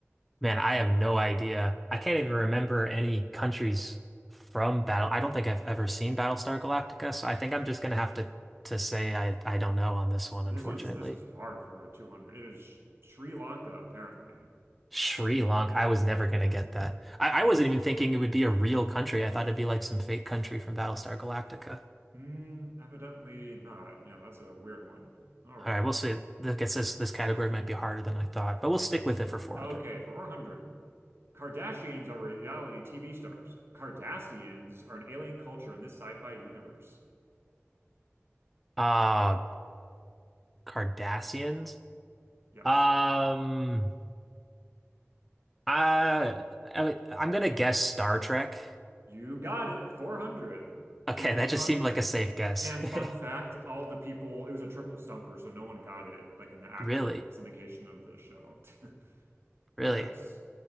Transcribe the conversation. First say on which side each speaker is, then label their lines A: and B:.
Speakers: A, in the centre; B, on the right.
A: Man, I have no idea. I can't even remember any countries from Battle. I don't think I've ever seen Battlestar Galactica, so I think I'm just gonna have to to say I I don't know on this one, unfortunately.
B: This was this was hard for a 200. It is Sh- Sri Lanka, apparently.
A: Sri Lanka, I was never
B: Uh,
A: gonna get that. I, I wasn't even thinking it would be a real country. I thought it'd be like some fake country from Battlestar Galactica.
B: mm, evidently not. Yeah, that's a weird one. All right.
A: All right, we'll see. I guess this this category might be harder than I thought, but we'll stick with it for 400.
B: Okay, for 400. Kardashians are reality TV stars. Cardassians are an alien culture in this sci-fi universe.
A: Uh, Cardassians.
B: Yes.
A: Um, I, I I'm gonna guess Star Trek.
B: You got it, 400.
A: Okay,
B: And
A: that just
B: fun,
A: seemed like a safe guess.
B: and
A: <laughs>
B: fun fact, all the people, it was a triple stumper, so no one got it, like in the actual
A: Really,
B: syndication of the show. <laughs> Good
A: really.
B: guess.